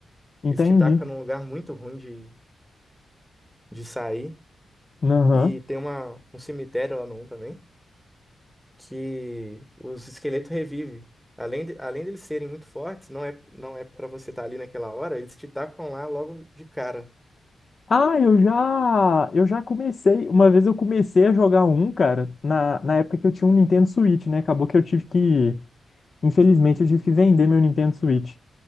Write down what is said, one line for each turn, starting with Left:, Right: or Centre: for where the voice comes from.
Left: Entendi.
Centre: Eles te tacam num lugar muito ruim de, de sair.
Left: Aham.
Centre: E tem uma, um cemitério lá no um também que os esqueletos revivem. Além, de, além deles serem muito fortes, não é, não é para você estar ali naquela hora, eles te tacam lá logo de cara.
Left: Ah, eu já, eu já comecei. Uma vez eu comecei a jogar um, cara, na, na época que eu tinha um Nintendo Switch, né? Acabou que eu tive que, infelizmente, eu tive que vender meu Nintendo Switch.